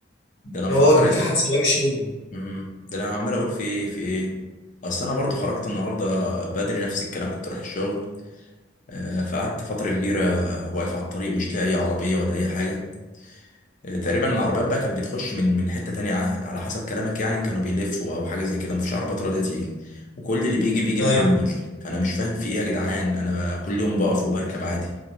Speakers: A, on the left; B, on the left.
A: ده انا
B: اللي
A: مفكر
B: هو كان في حادثه وحشه و...
A: امم ده انا عمال اقول في ايه في ايه اصل انا برضو خرجت النهارده بدري نفس الكلام كنت رايح الشغل آه، فقعدت فترة كبيرة واقف على الطريق مش لاقي عربية ولا أي حاجة آه، تقريبا العربيات بقى كانت بتخش من من حتة تانية ع- على حسب كلامك يعني كانوا بيلفوا أو حاجة زي كده مفيش عربيات راضية تيجي وكل اللي بيجي بيجي محمل
B: ايوه
A: فأنا مش فاهم في إيه يا جدعان أنا ب- كل يوم بقف وبركب عادي